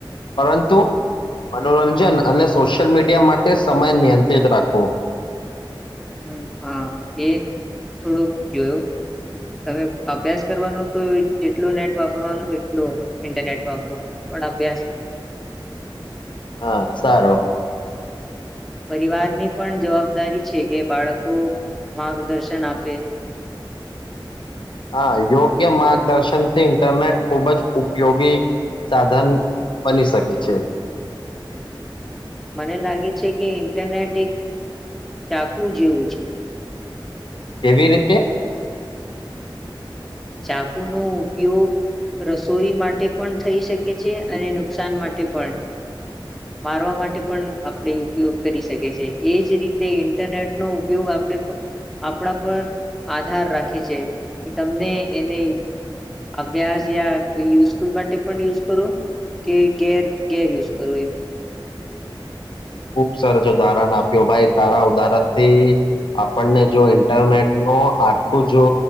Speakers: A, on the left; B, in the centre.
A: પરંતુ
B: હમ
A: મનોરંજન અને સોશિયલ મીડિયા માટે સમય નિયંત્રિત રાખવો
B: હમ, હા એ થોડુંક જોયો તમે અભ્યાસ કરવાનો તો જેટલું નેટ વાપરવાનો એટલો ઇન્ટરનેટ વાપરો પણ અભ્યાસ
A: હા સારો
B: પરિવારની પણ જવાબદારી છે કે બાળકો માર્ગદર્શન આપે
A: હા યોગ્ય માર્ગદર્શનથી ઇન્ટરનેટ ખૂબ જ ઉપયોગી સાધન બની શકે છે
B: મને લાગે છે કે ઇન્ટરનેટ એક ચાકુ જેવું છે
A: કેવી રીતે
B: ચાકુ નો ઉપયોગ રસોઈ માટે પણ થઈ શકે છે અને નુકસાન માટે પણ મારવા માટે પણ આપણે ઉપયોગ કરી શકે છે એજ રીતે ઇન્ટરનેટનો ઉપયોગ આપણે પ આપણા પર આધાર રાખે છે કે તમને એને અભ્યાસ યા કોઈ યુઝફુલ માટે પણ યુઝ કરો કે ગેર ગેર યુઝ કરો એનો
A: ખુબ સરસ ઉદાહરણ આપ્યો ભાઈ તારા ઉદાહરણથી આપણને જો ઇન્ટરનેટ નો આખું જો